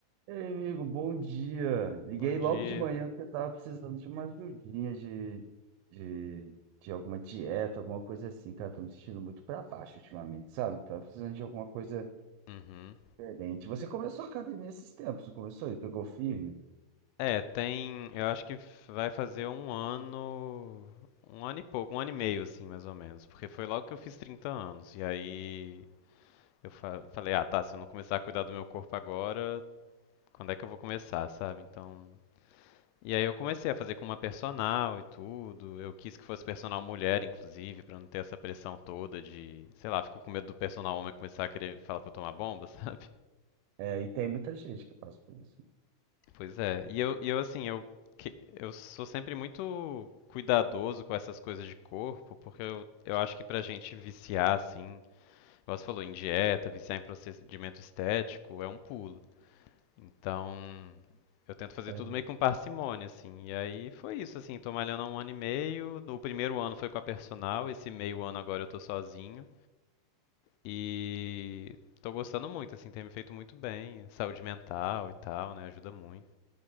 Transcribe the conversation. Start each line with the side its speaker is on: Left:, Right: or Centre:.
Right: Ei, amigo, bom dia. Liguei
Left: Bom dia.
Right: logo de manhã porque eu tava precisando de uma ajudinha de, de, de alguma dieta, alguma coisa assim, cara. Tô me sentindo muito pra baixo ultimamente, sabe? Tava precisando de alguma coisa
Left: Uhum.
Right: diferente. Você começou a academia esses tempos, não começou? E pegou firme?
Left: É, tem. Eu acho que vai fazer um ano. Um ano e pouco, um ano e meio, assim, mais ou menos. Porque foi logo que eu fiz 30 anos. E aí eu fa- falei, ah, tá, se eu não começar a cuidar do meu corpo agora, quando é que eu vou começar, sabe? Então. E aí eu comecei a fazer com uma personal e tudo. Eu quis que fosse personal mulher, inclusive, pra não ter essa pressão toda de, sei lá, fico com medo do personal homem começar a querer falar pra eu tomar bomba, <laughs> sabe?
Right: É, e tem muita gente que passa por isso.
Left: Pois é. E eu, e eu assim, eu, que- eu sou sempre muito cuidadoso com essas coisas de corpo, porque eu, eu acho que pra gente viciar, assim, igual você falou, em dieta, viciar em procedimento estético, é um pulo. Então, eu tento fazer
Right: É.
Left: tudo meio com parcimônia, assim. E aí foi isso, assim, tô malhando há um ano e meio. O primeiro ano foi com a personal, esse meio ano agora eu tô sozinho. E tô gostando muito, assim, tem me feito muito bem. Saúde mental e tal, né? Ajuda muito.